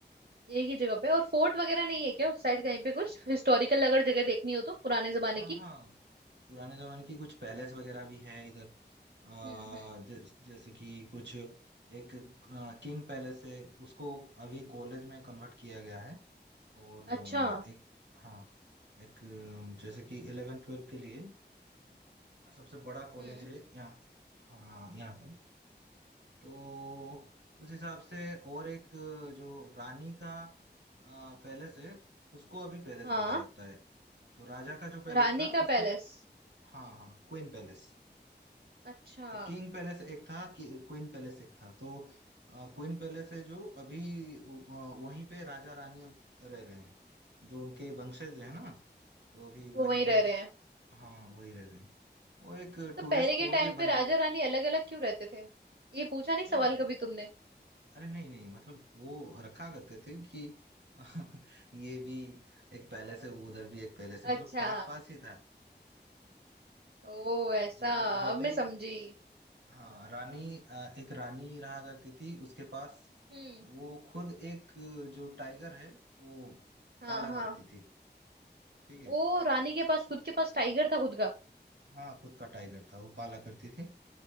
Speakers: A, on the right (about 65°); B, on the right (about 75°).
A: एक ही जगह पे और फोर्ट वगैरह नहीं है क्या उस साइड कहीं पे कुछ हिस्टोरिकल अगर जगह देखनी हो तो पुराने जमाने
B: हाँ
A: की
B: हाँ पुराने जमाने की कुछ पैलेस वगैरह भी है इधर आ,
A: हम्म हम्म
B: जैस- जैसे कि कुछ एक किंग पैलेस है उसको अभी कॉलेज में कन्वर्ट किया गया है और
A: अच्छा
B: अ, एक हाँ एक अ, जैसे कि इलेवन ट्वेल्व के लिए सबसे बड़ा कॉलेज
A: हम्म
B: है यहाँ हाँ यहाँ का तो उस हिसाब से और एक अ, जो रानी का पैलेस है उसको अभी पैलेस
A: हाँ
B: बोला जाता है तो राजा का जो पैलेस
A: रानी
B: था
A: का
B: उसको
A: पैलेस
B: हाँ हाँ क्वीन पैलेस
A: अच्छा
B: तो किंग पैलेस एक था कि, क्वीन पैलेस एक था तो क्वीन पैलेस है जो अभी अ, वहीं पे राजा रानी अब रह रहे हैं जो उनके वंशज है ना तो अभी वहीं
A: वो वहीं रह
B: पर
A: रहे हैं
B: हाँ वही रह रहे हैं वो एक
A: तो
B: टूरिस्ट
A: पहले
B: स्पॉट
A: के टाइम
B: भी बन
A: पे राजा
B: गए
A: रानी अलग अलग क्यों रहते थे ये पूछा नहीं सवाल
B: नहीं नहीं
A: कभी तुमने
B: अरे नहीं नहीं मतलब वो रखा करते थे कि <laughs> ये भी एक पैलेस है उधर भी एक पैलेस
A: अच्छा
B: है मतलब पास पास ही था
A: ओ ऐसा
B: जब जब
A: अब
B: भी
A: मैं समझी
B: हाँ रानी अ, एक रानी रहा करती थी उसके पास
A: हम्म
B: वो खुद एक जो टाइगर है वो
A: हाँ
B: पाला
A: हाँ
B: करती थी ठीक है
A: ओ रानी के पास खुद के पास टाइगर था खुद का
B: हाँ खुद का टाइगर था वो पाला करती थी